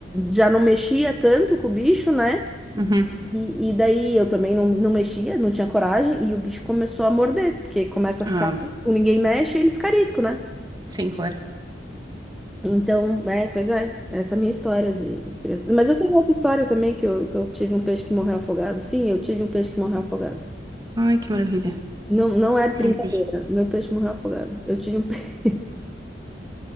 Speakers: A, in the centre; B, on the right (about 25°).
A: já não mexia tanto com o bicho, né?
B: Uhum.
A: E, e daí eu também não, não mexia, não tinha coragem, e o bicho começou a morder, porque começa a
B: Ah,
A: ficar, arisco, ninguém mexe, ele fica arisco, né?
B: sim, claro.
A: Então, é, pois é, essa é a minha história de criança. Mas eu tenho outra história também, que eu, que eu tive um peixe que morreu afogado. Sim, eu tive um peixe que morreu afogado.
B: Ai, que maravilha.
A: Não, não é brincadeira,
B: Hum, pois.
A: meu peixe morreu afogado. Eu tive um peixe.